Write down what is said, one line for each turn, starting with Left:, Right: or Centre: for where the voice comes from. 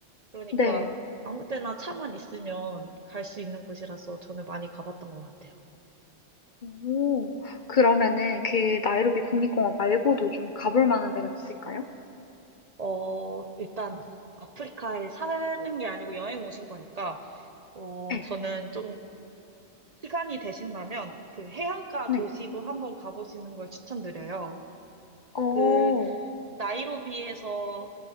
Right: 그러니까
Left: 네.
Right: 아무 때나 차만 있으면 갈 수 있는 곳이라서 저는 많이 가봤던 것 같아요.
Left: 오. 그러면은 그 나이로비 국립공원 말고도 좀 가볼 만한 데가 있을까요?
Right: 어 일단 아프리카에 사는 게 아니고 여행 오신 거니까. 어,
Left: 네
Right: 저는 좀 시간이 되신다면 그 해안가
Left: 네.
Right: 도시도 한번 가보시는 걸 추천드려요.
Left: 어.
Right: 그 나이로비에서